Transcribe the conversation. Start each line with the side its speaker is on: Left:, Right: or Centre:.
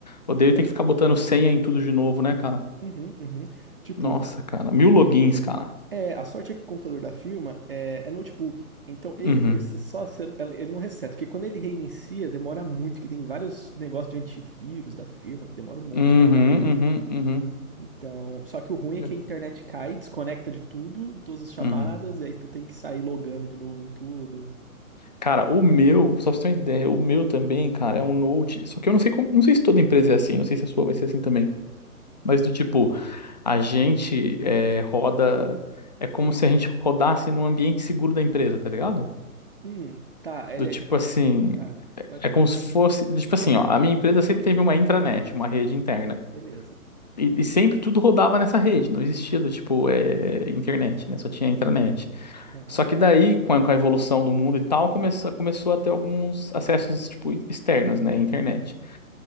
Left: Odeio
Right: Pois é.
Left: ter que ficar botando senha em tudo de novo, né, cara?
Right: Uhum, uhum. Tipo,
Left: Nossa, cara. Mil logins, cara.
Right: é, a sorte é que o computador da firma é, é notebook. Então, ele
Left: Uhum.
Right: por si só, você- ele não reseta, porque quando ele reinicia, demora muito, que tem vários negócios de antivírus da firma, que demora um monte,
Left: Uhum,
Right: né, pra abrir.
Left: uhum, uhum.
Right: Então, só que o ruim
Left: Eu-
Right: é que a internet cai, desconecta de tudo, todas as chamadas,
Left: uhum.
Right: e aí tu tem que sair logando de novo em tudo.
Left: Cara, o meu, só pra você ter uma ideia, o meu também, cara, é um Note. Só que eu não sei como, não sei se toda empresa é assim, não sei se a sua vai ser assim também. Mas do tipo, a gente é, roda. É como se a gente rodasse num ambiente seguro da empresa, tá ligado?
Right: Hum, tá, ele
Left: Do tipo
Right: é tipo.
Left: assim,
Right: Tá,
Left: é
Right: mais ou
Left: é
Right: menos.
Left: como se fosse, tipo assim, ó, a minha empresa sempre teve uma intranet, uma rede interna.
Right: Beleza.
Left: E, e sempre tudo rodava nessa rede, não existia do tipo é, internet, né? Só tinha intranet.
Right: Aham,
Left: Só que daí, com a, com a evolução do mundo e tal, começou, começou a ter alguns acessos tipo externos, né? Internet.